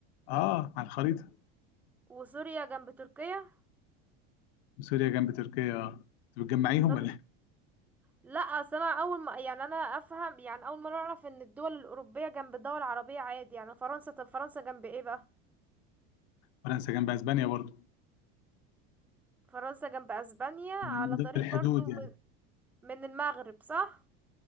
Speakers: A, on the left (about 75°); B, in the centre.
A: اه على الخريطه
B: وسوريا جنب تركيا
A: سوريا جنب تركيا آه. انت بتجمعيهم
B: فض...
A: ولا إيه؟
B: لا اصل انا اول ما يعني انا افهم يعني اول ما اعرف ان الدول الاوروبيه جنب الدول العربيه عادي يعني فرنسا طب فرنسا جنب ايه بقى
A: فرنسا جنب اسبانيا برضه
B: فرنسا جنب اسبانيا على
A: يعني من ضمن
B: طريق
A: الحدود
B: برضو
A: يعني
B: م- من المغرب صح